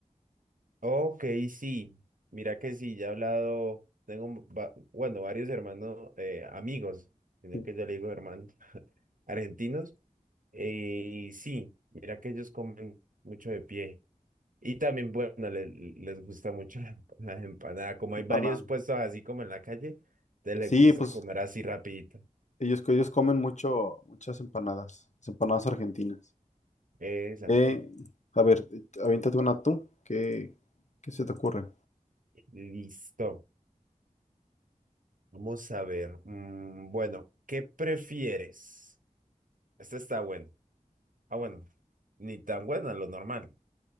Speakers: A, on the right; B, on the left.
A: Ok, sí. Mira que sí, ya he hablado, tengo, un va- bueno, varios hermanos, eh, amigos, sino
B: Sí.
A: que yo le digo hermanos <laughs> argentinos. eh, Y sí, mira que ellos comen mucho de pie. Y también, bueno, le- les, gusta mucho la, <laughs> la empanada. Como hay
B: Empanadas.
A: varios puestos así como en la calle, te les
B: Sí,
A: gusta
B: pues
A: comer así rapidito.
B: ellos, ellos comen mucho, muchas empanadas, las empanadas argentinas.
A: Exacto.
B: Eh, a ver, aviéntate una tú. ¿Qué, qué se te ocurre?
A: Listo. Vamos a ver. Mm, bueno, ¿qué prefieres? Este está bueno. Ah, bueno, ni tan buena, lo normal.